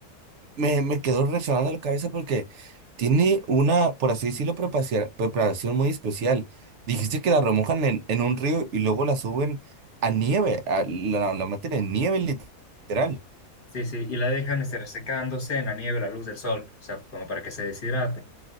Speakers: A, on the right; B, on the left.
A: me, me quedó resonando la cabeza porque tiene una, por así decirlo, prepacia- preparación muy especial. Dijiste que la remojan en, en un río y luego la suben a nieve, a- la, la meten en nieve literal.
B: Sí, sí, y la dejan este, resecándose en la nieve, a la luz del sol, o sea, como para que se deshidrate.